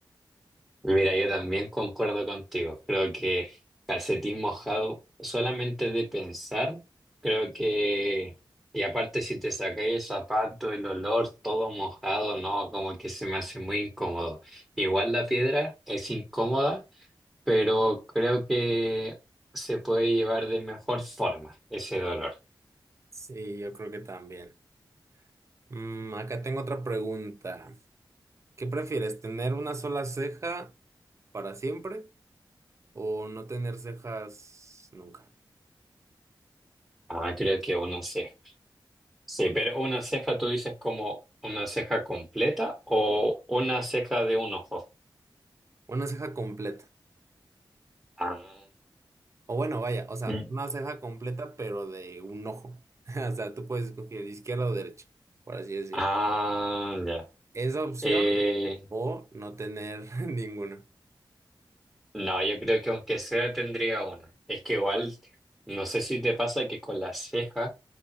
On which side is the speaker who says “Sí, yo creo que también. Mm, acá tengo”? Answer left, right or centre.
Right